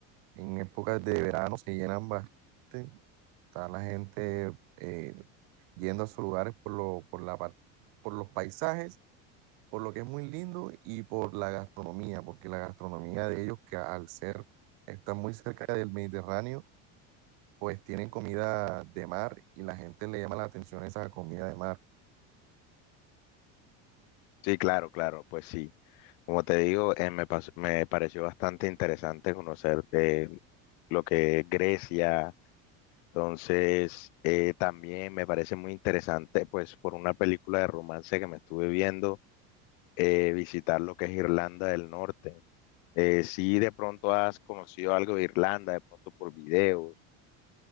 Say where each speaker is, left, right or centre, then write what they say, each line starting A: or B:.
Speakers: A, on the right; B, on the left.
A: En épocas de verano se llenan bastante. Está la gente eh, yendo a sus lugares por lo, por la, par- por los paisajes, por lo que es muy lindo y por la gastronomía, porque la gastronomía de ellos, que al ser, está muy cerca del Mediterráneo, pues tienen comida de mar y la gente le llama la atención esa comida de mar.
B: Sí, claro, claro, pues sí. Como te digo, eh, me, pas- me pareció bastante interesante conocer eh, lo que es Grecia. Entonces, eh, también me parece muy interesante, pues por una película de romance que me estuve viendo, eh, visitar lo que es Irlanda del Norte. Eh, si de pronto has conocido algo de Irlanda, de pronto por videos.